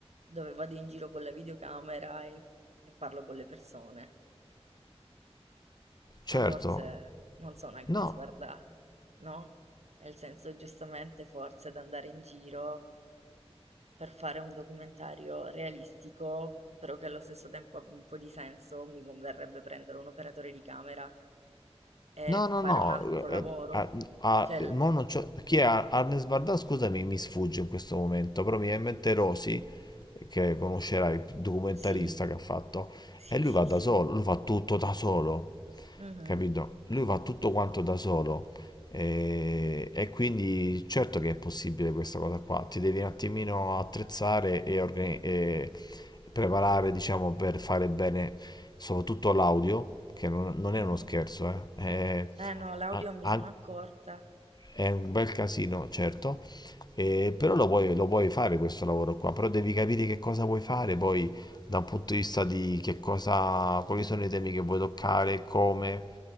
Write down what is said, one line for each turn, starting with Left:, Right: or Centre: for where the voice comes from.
Right: dove vado in giro con la videocamera e, e parlo con le persone.
Left: certo,
Right: Però forse non sono Agnes
Left: no.
Right: Varda, no? Nel senso, giustamente, forse ad andare in giro per fare un documentario realistico, però che allo stesso tempo abbia un po' di senso, mi converrebbe prendere un operatore di camera e
Left: No,
Right: fare
Left: no, no,
Right: un altro
Left: eh,
Right: lavoro.
Left: ah, ah,
Right: Cioè, l-
Left: mo non c'ho- chi è Ar- Arnes Barda? Scusami, mi sfugge in questo momento, però mi viene in mente Rosi, che conoscerai, il documentarista
Right: sì,
Left: che ha fatto,
Right: sì,
Left: e lui
Right: sì,
Left: va da
Right: sì.
Left: solo, lui fa tutto da solo
Right: Mhm,
Left: capito? Lui fa tutto quanto da solo e, e quindi certo che è possibile questa cosa qua, ti devi un attimino attrezzare e, organi- e preparare, diciamo, per fare bene soprattutto l'audio, che non, non
Right: mhm.
Left: è uno scherzo, eh. È-
Right: Eh no, l'audio
Left: a-
Right: mi
Left: an-
Right: sono accorta.
Left: è un bel casino, certo, eh, però lo puoi, lo puoi fare questo lavoro qua, però devi capire che cosa vuoi fare poi da un punto di vista di che cosa, quali sono i temi che vuoi toccare, come.